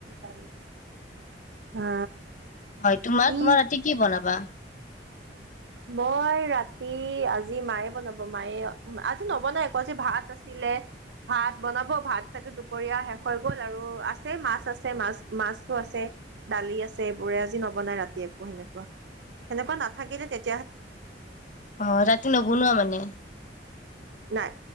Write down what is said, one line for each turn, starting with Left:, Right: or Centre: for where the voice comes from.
Right: অ' হা
Left: হয় তোমাৰ
Right: কি?
Left: তোমাৰ ৰাতি কি বনাবা?
Right: মই ৰাতি আজি মায়ে বনাব মায়ে আজি নবনাই একো আজি ভাত আছিলে। ভাত বনাব ভাত চাগে দুপৰীয়া শেষ হৈ গল আৰু আছে মাছ আছে মাছ মাছতো আছে। দালি আছে এইবোৰে আজি নবনাই ৰাতি একো সেনেকুৱা। সেনেকুৱা নাথাকিলে তেয়া।
Left: আহ ৰাতি নবনুৱা মানে?
Right: নাই